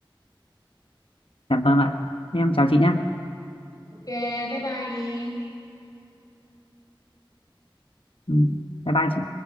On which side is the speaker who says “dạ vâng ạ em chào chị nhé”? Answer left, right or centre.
Left